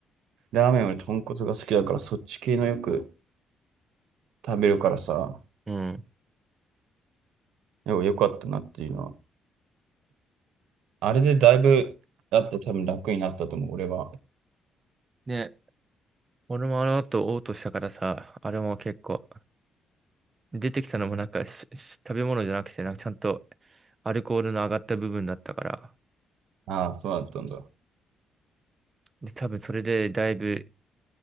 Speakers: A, on the right (about 80°); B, on the right (about 30°).
A: ラーメンより豚骨が好きだから、そっち系のよく食べるからさ、
B: うん。
A: よよかったなっていうのはあれでだいぶ、だって多分楽になったと思う、俺は。
B: ね。俺もあの後嘔吐したからさ、あれも結構、出てきたのもなんかしし食べ物じゃなくて、なんかちゃんとアルコールの上がった部分だったから、
A: ああ、そうだったんだ。
B: で、多分それでだいぶ